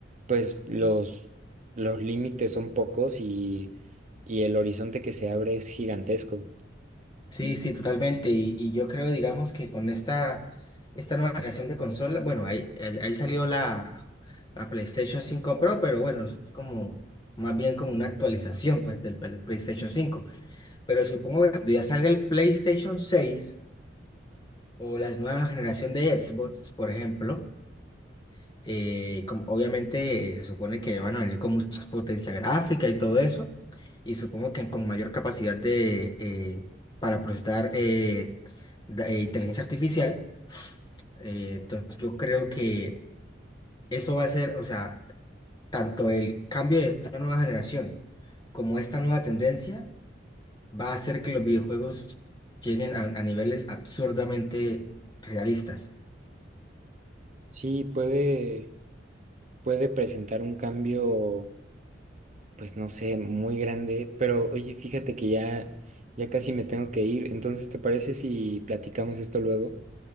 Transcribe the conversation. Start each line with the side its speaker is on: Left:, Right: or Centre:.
Right: pues los, los límites son pocos y, y el horizonte que se abre es gigantesco.
Left: Sí, sí, totalmente. Y, y yo creo, digamos, que con esta, esta nueva generación de consola, bueno, ahí, ahí ahí salió la, la PlayStation cinco Pro, pero bueno, eso es como más bien como una actualización pues del Play- PlayStation 5. Pero supongo que cuando ya salga el PlayStation seis o la nueva generación de Xbox, por ejemplo, eh, com- obviamente eh, se supone que van a venir con mucha potencia gráfica y todo eso, y supongo que con mayor capacidad de, eh, para procesar eh, da- eh, inteligencia artificial. Eh, entonces yo creo que eso va a ser, o sea, tanto el cambio de esta nueva generación como esta nueva tendencia va a hacer que los videojuegos lleguen a, a niveles absurdamente realistas.
Right: Sí, puede, puede presentar un cambio pues no sé, muy grande, pero oye, fíjate que ya, ya casi me tengo que ir, entonces, ¿te parece si platicamos esto luego?